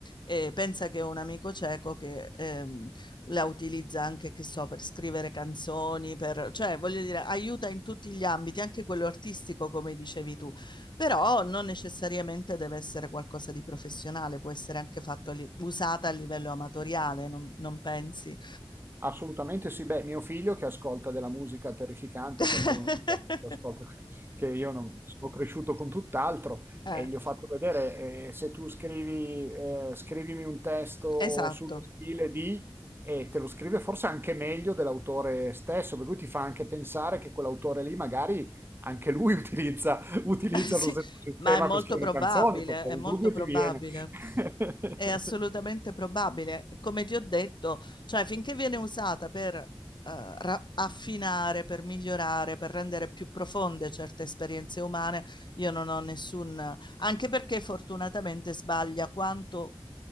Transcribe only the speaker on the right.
Assolutamente sì, beh, mio figlio che ascolta della musica terrificante
perché è uno di quelli che ascolta, che io non, sono cresciuto con tutt'altro
e gli ho fatto vedere eh, se tu scrivi, eh, scrivimi un testo
sullo stile di e te lo scrive forse anche meglio dell'autore stesso, per cui ti fa anche pensare che quell'autore lì magari anche lui <laughs> utilizza, utilizza
lo stesso sistema
per scrivere
canzoni, perché
il
dubbio
ti viene. <laughs>